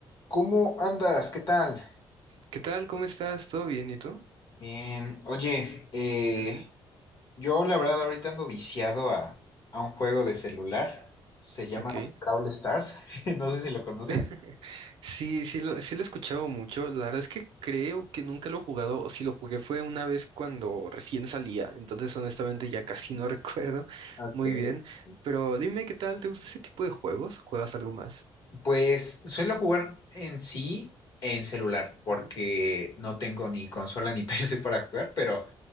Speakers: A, on the left (about 50°); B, on the right (about 70°).
A: ¿Cómo andas? ¿Qué tal?
B: ¿Qué tal? ¿Cómo estás? ¿Todo bien? ¿Y tú?
A: Bien. Oye, eh,
B: Ujú,
A: yo la verdad ahorita ando viciado a, a un juego de celular. Se llama
B: Ok.
A: Brawl Stars. <laughs> No sé si lo conoces.
B: <laughs> Sí, sí lo, sí lo he escuchado mucho. La verdad es que creo que nunca lo he jugado. o Si lo jugué fue una vez cuando recién salía. Entonces, honestamente, ya casi
A: Sí.
B: no <laughs> recuerdo
A: Ok,
B: muy bien.
A: sí.
B: Pero dime, ¿qué tal? ¿Te gusta ese tipo de juegos? ¿Juegas algo más?
A: Pues suelo jugar en sí en celular, porque
B: Ujú,
A: no tengo ni consola ni <laughs> PC para jugar, pero